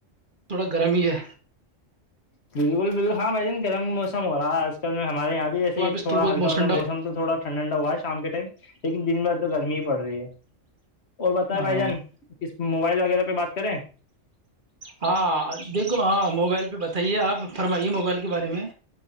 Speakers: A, on the right; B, on the left.
A: تھوڑا گرم ہی ہے
B: بالکل بالکل ہاں بھائی جان گرم موس ہو رہا اج کل ہمارے یہاں بھی ایسے
A: تو واپس
B: ہی تھوڑا
A: بہت
B: ہلکا مطلب
A: ٹھنڈا
B: موسم
A: ہو
B: تھوڑا ٹھنڈا ٹھنڈا ہوا ہے شام کے ٹائم لیکن دن بھر تو گرمی ہی پڑ رہی ہے اور پتا
A: جائے۔
B: ہے بھائی جان اس موبائل وغیرہ پہ بات کریں
A: ہاں دیکھو ہاں موبائل پہ بتائیے آپ فرمائیے موبائل کے بارے میں